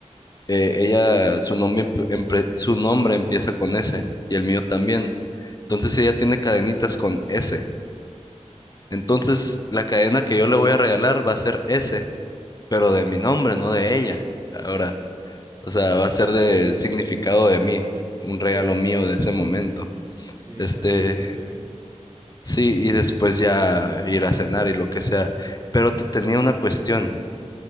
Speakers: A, on the left; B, on the right.
A: Eh, ella, su nombre, emp- empre- su nombre empieza con S y el mío también. Entonces ella tiene cadenitas con S. Entonces la cadena que yo le voy a regalar va a ser S pero de mi nombre, no de ella. Ahora, o sea, va a ser de significado de mí, un regalo
B: Bueno,
A: mío
B: sí,
A: de ese momento.
B: sí,
A: Este,
B: suena bastante bien.
A: sí, y después ya ir a cenar y lo que sea. Pero te tenía una cuestión.